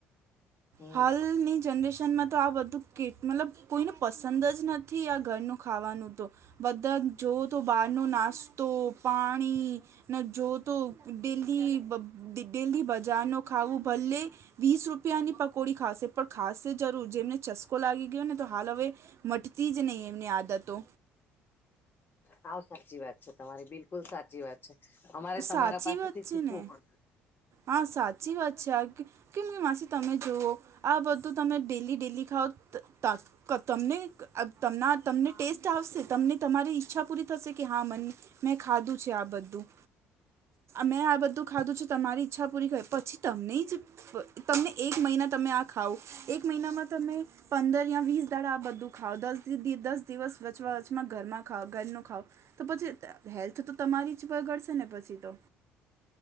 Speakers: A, on the left; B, on the right.
A: હમ
B: હાલની જનરેશનમાં તો આ બધું કે મતલબ કોઈને પસંદ જ નથી આ ઘરનું ખાવાનું તો બધા જોવઓ તો બહારનો નાસ્તો પાણી ન જોતો ડેલી બ ડી ડેલી બજાર ન ખાવું ભલે વીસ રૂપિયાની પકોડી ખાશે પણ ખાસે જરૂર. જેમને ચસ્કો લાગી ગયો ને તો હાલ હવે મટતી જ નહી એમની આદતો.
A: હાવ સાચી વાત છે તમારી બિલ્કુલ સાચી વાત છે. અમારે તમારા
B: સાચી
A: પાસેથી
B: વાત છે
A: શીખવું
B: ને
A: પડશે.
B: હા સાચી વાત છે આ કેમ કે માસી તમે જુવો આ બધું તમે ડેલી ડેલી ખાવઓ ત ક તમને અ તમના તમને ટેસ્ટ આવશે તમને તમારી ઈચ્છા પૂરી થશે કે હા મને મેં ખાધું છે આ બધું મેં આ બધું ખાધું છે તમારી ઈચ્છા પુરી કરી પછી તમને જ તમને એક મહિના તમે આ ખાવ એક મહિનામાં તમે પંદર યા વીસ દાડા આ બધું ખાવ દસ દિવસ વચવા વચમાં ઘરમાં ખાઓ ઘરનું ખાઓ તો પછી હેલ્થ તો તમારી જ બગડશે ને પછી તો.